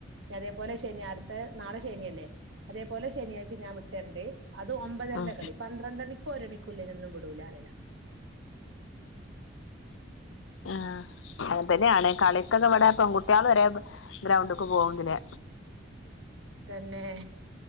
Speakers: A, on the right; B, on the left.
A: അതേപോലെ ശനി അടുത്ത നാളെ ശനിയല്ലേ അതേപോലെ ശനിയാഴ്ച ഞാൻ വിട്ടരണ്ട് അത് ഒമ്പതരന്റെ
B: ഉം
A: കളി പന്ത്രണ്ട് മണിക്ക് ഒരണിക്ക്ല്ലേനൊന്നും വിടൂലാറിയല
B: ആ അ തന്നെയാണ്
A: അത്
B: കളിക്കൊക്കെ ഇവിടെ പെൺകുട്ടിയാള്‌ വരെ ഗ്രൗണ്ട്ക്ക് പോവ്ണ്ടലെ
A: തന്നെ